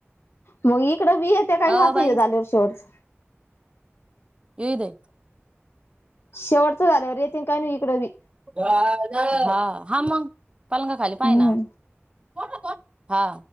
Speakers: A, on the left; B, on the right.
A: मग इकडं बी येत्या कायनू
B: अ
A: आता
B: बाई
A: हे झाल्यावर शेवटच
B: येऊ दे-
A: शेवटच झाल्यावर येतील- कायनु इकडे बी
B: हा हा मंग पलंगा खाली पायना
A: हम्म
B: कोण होत हा